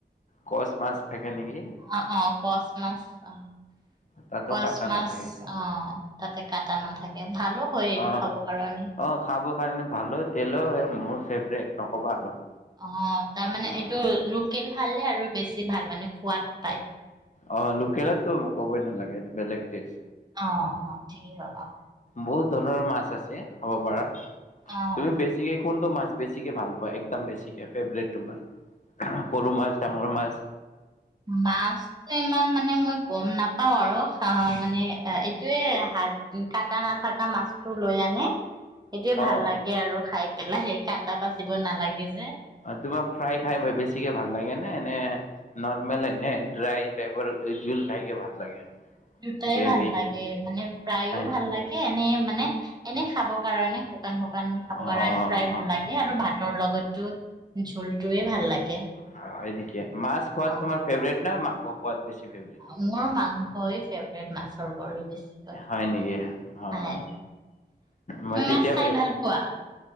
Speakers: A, on the left (about 45°); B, on the right (about 25°).
A: কচ মাছ থাকে নেকি
B: অ-অ কচ মাছ অ'
A: তাতো
B: কচ
A: কাটা
B: মাছ
A: নাথাকে
B: অহ তাতে কাটা নাথাকে। ভালো হয় এইটো
A: অ-অ,
B: খাব কাৰণে
A: খাবৰ কাৰণে ভালো তেলৰ মোৰ ফেভৰেট। নক'বা আৰু,
B: অ' তাৰমানানে
A: উম,
B: এইটো লোকেল ভালে আৰু বেছি ভাল মানে সোৱাদ পায়।
A: অ', লোকেলতো ক'বই নালাগে এইটো বেলেগ টেইজ।
B: অহ অহ, ঠিকেই কয় অহ
A: বহুত ধৰণৰ মাছ আছে খাব পাৰা,
B: অ
A: তুমি বেছি কোনটো মাছ বেছিকে ভাল পোৱা একদম বেছিকে ফেভৰেট তোমাৰ। সৰু মাছ, ডাঙৰ মাছ,
B: মাছতো ইমান মানে মই গম নাপাওঁ আৰু মানে এইটোয়ে হাত কাটা নাথকা মাছটো লৈ আনে। সেইটোয়ে ভাল
A: অ',
B: লাগে আৰু খাই। পেলা সেই কাটা বাচিব নালাগে যে।
A: অ তোমাৰ ফ্ৰাই খাই বেছিকে ভাল লাগে নে নে নৰ্মেলে ড্ৰাই টাইপ জোল খাইকে ভাল লাগে।
B: দুটাই
A: গ্ৰেভি
B: ভাল লাগে মানে প্ৰায়েও
A: অ',
B: ভাল লাগে এনে মানে এনে খাবৰ কাৰণে শুকান শুকান খাবৰ
A: অ',
B: কাৰণে ফ্ৰাই ভাল লাগে আৰু ভাত ভাতৰ লগত জুল জুলটোয়ে ভাল লাগে
A: হয় হয় নেকি মাছ খোৱাত
B: অ
A: তোমাৰ ফেভৰেট ন মাং মাংস খোৱাত বেছি ফেভৰেট?
B: মোৰ মাংস হয় ফেভৰিট মাছৰ বেছিকৈ
A: হয় নেকি? অ'
B: তুমি
A: মইতো
B: মাছ
A: এতিয়া
B: খাই ভাল পোৱা।